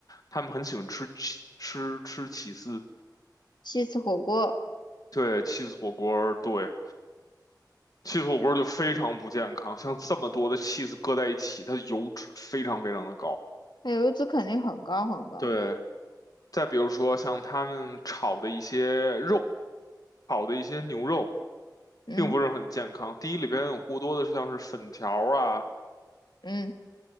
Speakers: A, on the left; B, on the left.
A: 他们很喜欢吃起吃吃起司，
B: 西式火锅，
A: 对起司火锅儿对起司火锅儿就非常不健康，像这么多的起司搁在一起，它的油脂非常非常的高。
B: 它油脂肯定很高很高。
A: 对，再比如说像他们炒的一些肉，炒的一些牛肉，
B: 嗯
A: 并不是很健康。第一里边有过多的像是粉条儿啊，
B: 嗯